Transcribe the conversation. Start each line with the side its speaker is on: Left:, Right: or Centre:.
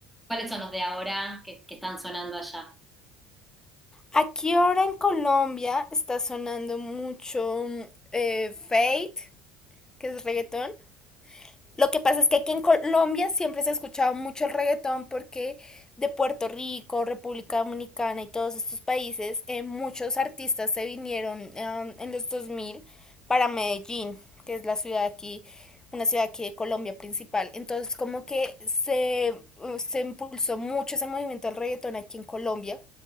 Centre: cuáles son los de ahora que, que están sonando allá?
Left: Aquí ahora en Colombia está sonando mucho mm, eh, Fate, que es reggaetón. Lo que pasa es que aquí en Colombia siempre se ha escuchado mucho el reggaetón porque de Puerto Rico, República Dominicana y todos estos países, eh, muchos artistas se vinieron um, en los 2000 para Medellín, que es la ciudad aquí, una ciudad aquí de Colombia principal. Entonces como que se, se impulsó mucho ese movimiento del reggaetón aquí en Colombia